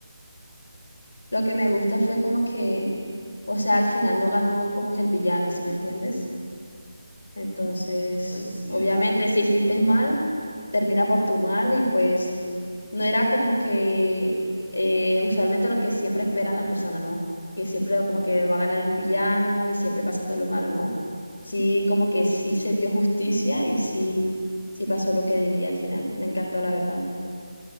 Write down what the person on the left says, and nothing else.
Lo que me gusta fue como que, o sea, al final no ganó como que el villano, ¿sí me entiendes? Entonces,
obviamente,
si hiciste
mal, termina por tu mal y pues no era como que eh, usualmente lo que siempre esperan las personas, ¿no? Que siempre como que va a ganar el villano y siempre pasa todo lo malo, no. Sí, como que sí se dio justicia y sí, sí pasó lo que debía al final. Me encantó, la verdad.